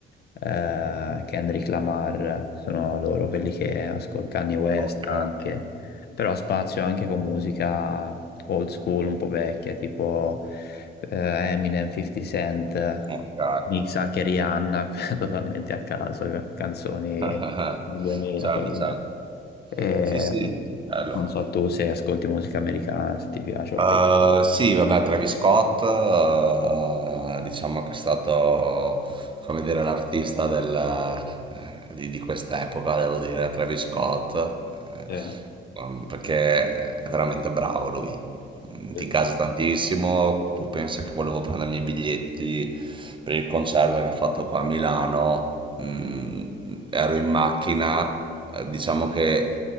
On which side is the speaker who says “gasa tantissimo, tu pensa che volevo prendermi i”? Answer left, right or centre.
Right